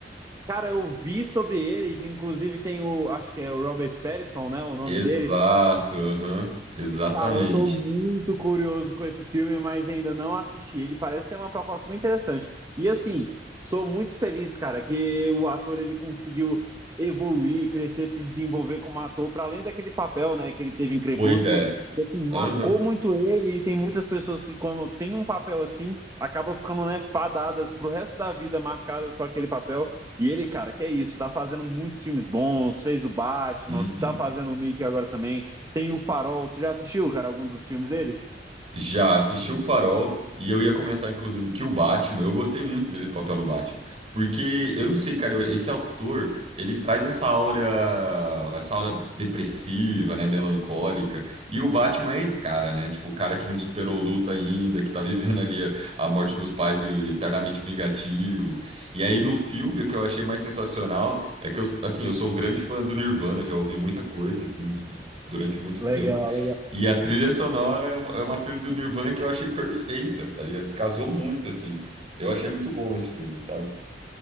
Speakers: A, on the right (about 20°); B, on the right (about 35°).
A: Cara, eu vi sobre ele, que inclusive tem o, acho que é o Robert Pattinson, né, o nome
B: Exato,
A: dele,
B: aham, exatamente.
A: Cara, eu tô muito curioso com esse filme, mas ainda não assisti. Ele parece ser uma proposta muito interessante. E assim, sou muito feliz, cara, que o ator ele conseguiu evoluir, crescer, se desenvolver como ator, para além daquele papel, né, que ele teve em Crepúsculo,
B: Pois é.
A: que assim marcou
B: Aham.
A: muito ele. E tem muitas pessoas que quando tem um papel assim, acabam ficando, né, fadadas pro resto da vida, marcadas com aquele papel. E ele, cara, que é isso, tá fazendo muitos filmes bons, fez o Batman,
B: Uhum.
A: tá fazendo o Mickey agora também. Tem o Farol. Você já assistiu, cara, algum dos filmes dele?
B: Já assisti o Farol e eu ia comentar, inclusive, que o Batman, eu gostei muito dele, do papel no Batman. Porque, eu não sei, cara, eu- esse autor, ele traz essa aura, essa aura depressiva, né, melancólica. E o Batman é esse cara, né? Tipo, o cara que não superou luta ainda, que tá <laughs> vivendo ali a, a morte dos pais e eternamente vingativo. E aí, no filme, o que eu achei mais sensacional é que, eu, assim, eu sou um grande fã do Nirvana, já ouvi muita coisa, assim, de- de- durante muito
A: Legal.
B: tempo. E a trilha sonora é uma, é uma trilha do Nirvana que eu achei perfeita, tá ligado? Casou muito, assim. Eu achei muito bom esse filme, sabe?